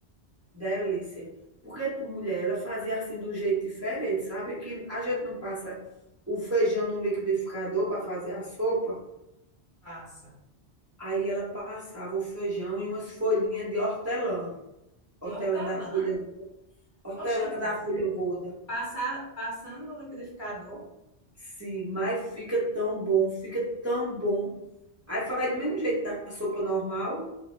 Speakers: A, on the right; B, on the left.
A: Delícia. Porque, mulher, ela fazia assim de um jeito diferente, sabe? Que a gente não passa o feijão no liquidificador para fazer a sopa.
B: passa.
A: Aí ela passava o feijão e umas folhinhas de hortelã. Hortelã
B: De hortelã.
A: da folha, hortelã
B: Oxente,
A: da folha gorda.
B: passa, passando no liquidificador.
A: Sim, mas fica tão bom, fica tão bom. Aí faz do mesmo jeito da sopa normal,